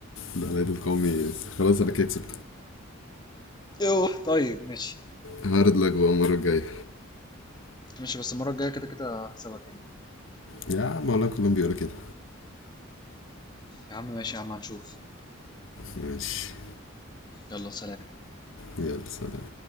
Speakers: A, on the left; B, on the left.
A: ده العيد القومي خلاص انا كده كسبت
B: يوه. طيب ماشي
A: هارد لك بقى المره الجايه
B: ماشي بس المرة الجاية كده كده هكسبك يعني
A: يا عم والله كلهم بيقولوا كده
B: يا عم ماشي يا عم هنشوف
A: ماشي
B: يلا سلام
A: يلا سلام